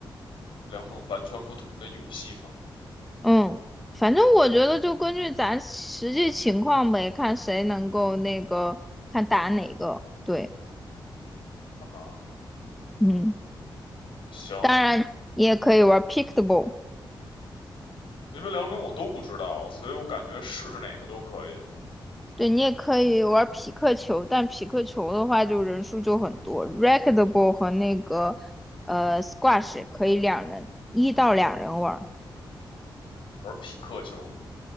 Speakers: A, on the left; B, in the centre.
A: 两种完全不同的游戏嘛。
B: 嗯，反正我觉得就根据咱实际情况呗，看谁能够那个，看打哪个。对，
A: 啊，
B: 嗯，
A: 行，
B: 当然你也可以玩 pickleball，
A: 因为两种我都不知道，所以我感觉试试哪个都可以。
B: 对你也可以玩匹克球，但匹克球的话就人数就很多。racquetball 和那个呃 squash 也可以两人，一到两人玩儿。
A: 玩匹克球嘛。